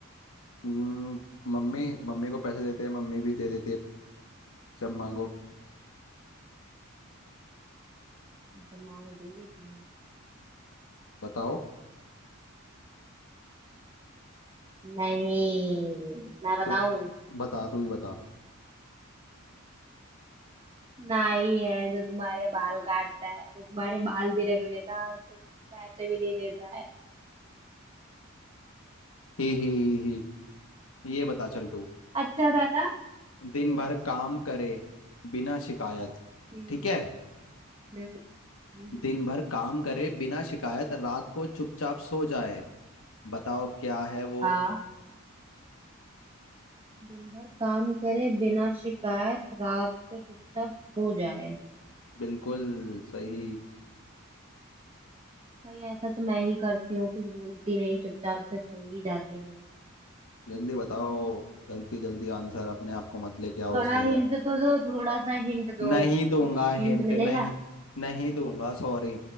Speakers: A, on the left; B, on the right.
A: हम्म, मम्मी मम्मी को पैसे देते हैं मम्मी भी दे देती है जब मांगो
B: जमा वो दे देती है
A: बताओ
B: नहीं मैं बताऊं
A: तो बता तू ही बता
B: नाई है जो तुम्हारे बाल काटता है वो तुम्हारे बाल भी रख लेता है और तुमको पैसे भी नहीं देता है
A: ही ही ही ही ये बता चल तू
B: अच्छा था ना
A: दिन
B: कुछ
A: भर काम करे बिना शिकायत
B: हम्म
A: ठीक है
B: हम्म हम्म हम्म।
A: दिन भर काम करे बिना शिकायत रात को चुपचाप सो जाए बताओ क्या है वो
B: हाँ दिन भर काम करे बिना शिकायत रात को चुपचाप सो जाए
A: बिल्कुल सही
B: भाई ऐसा तो मैं ही करती हूँ कुछ बोलती नहीं चुपचाप से सो ही जाती हूँ
A: जल्दी बताओ जल्दी जल्दी आंसर अपने आप को मत लेके आओ
B: थोड़ा
A: इसके
B: हिंट
A: अंदर
B: तो दो थोड़ा सा हिंट दो
A: नहीं दूंगा
B: कुछ हिंट
A: हिंट
B: मिलेगा
A: नहीं नहीं दूंगा सॉरी